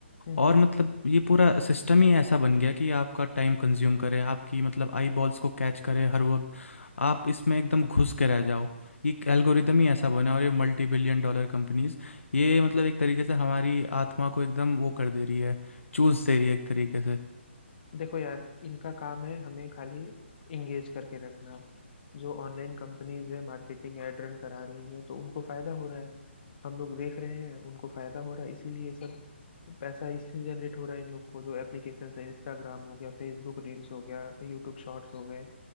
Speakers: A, on the left; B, on the left.
A: हम्म
B: और
A: हम्म।
B: मतलब ये पूरा सिस्टम ही ऐसा बन गया कि आपका टाइम कंज्यूम करे आपकी मतलब आई बॉल्स को कैच करे हर वक्त आप इसमें एकदम घुस के रह जाओ ये एल्गोरिदम ही ऐसा बना है और ये मल्टी बिलियन डॉलर कंपनीज ये मतलब एक तरीके से हमारी आत्मा को एकदम वो कर दे रही है चूस दे रही है एक तरीके से
A: देखो यार इनका काम है हमें खाली इंगेज करके रखना जो ऑनलाइन कंपनीज है मार्केटिंग ऐड रन करा रही हैं तो उनको फायदा हो रहा है हम लोग देख रहे हैं उनको फायदा हो रहा है इसीलिए ये सब पैसा इससे जनरेट हो रहा है इन लोग को जो एप्लीकेशन है इंस्टाग्राम हो गया फेसबुक रील्स हो गया यूट्यूब शॉर्ट्स हो गए